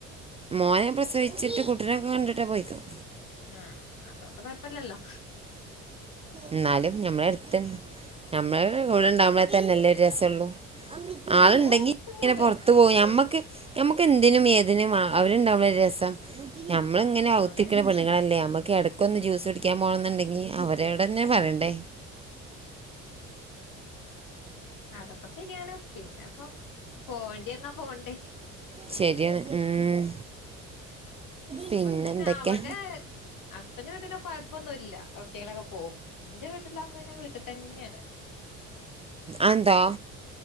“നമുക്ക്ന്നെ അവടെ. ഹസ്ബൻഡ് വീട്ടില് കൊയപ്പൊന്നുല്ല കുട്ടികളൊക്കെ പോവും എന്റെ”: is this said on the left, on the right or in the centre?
Left